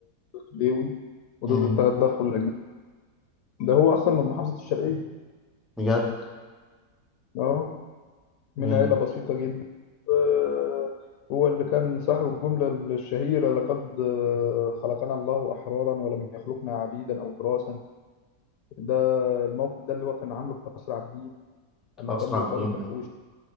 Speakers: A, on the left; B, in the centre.
A: ليوي وضد
B: مم،
A: التدخل الأجنبي ده هو أصلا من محافظة الشرقية
B: بجد
A: أه من
B: بجد
A: عيلة بسيطة جدا آه، هو اللي كان صاحب الجملة الشهيرة لقد آه، خلقنا الله أحرارا ولم يخلقنا عبيدا أو تراثا ده الموقف ده اللي هو كان عامله في قصر عابدين أما
B: أسرع
A: كان بيطالب
B: بينا
A: بحقوق